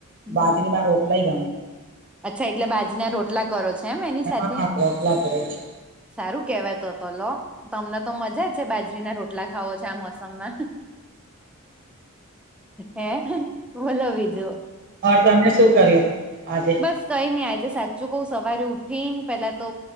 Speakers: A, in the centre; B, on the right.
A: હમ
B: બાજરી ના રોટલાય ગમે
A: અચ્છા એટલે બાજના રોટલા કરો છેો એમ એની સાથે
B: હા રોટલા કરે છે
A: સારું કેવાય તો હતો લો તમને તો મજા જ છે બાજરીના રોટલા ખાવો છે આ મોસમમા હે બોલો બીજુ
B: હર તમે શું કર્યું આજે
A: બસ કઈ નહી આજે સાચું કઉ સવારે ઉઠીને પેલા તો